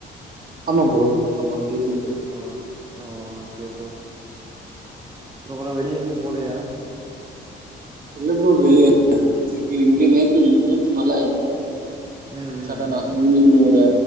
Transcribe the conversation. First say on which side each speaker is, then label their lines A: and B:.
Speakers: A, on the right; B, on the right.
A: ஆமா ப்ரோ ஆமா வீட்லே
B: ஆ ஓகே ப்ரோ ப்ரோ வெளியே எங்கயு போலயா
A: இல்ல ப்ரோ வெளிய திருப்பி இங்க நேத்து நேத்து மழ இங்க
B: ம் ம்
A: சடனா
B: ம்
A: ஈவினிங் ஒரு